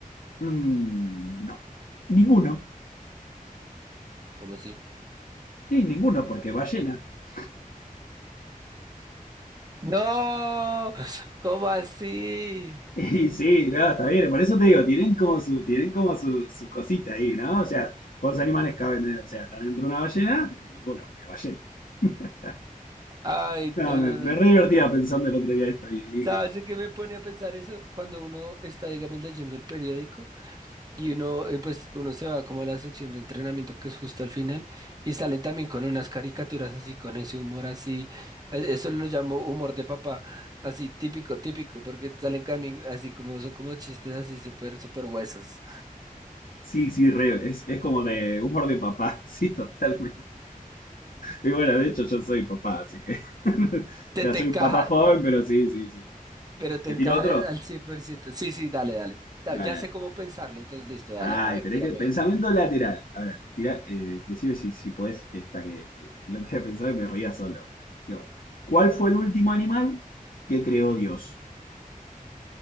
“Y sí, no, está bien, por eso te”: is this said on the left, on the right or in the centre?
Left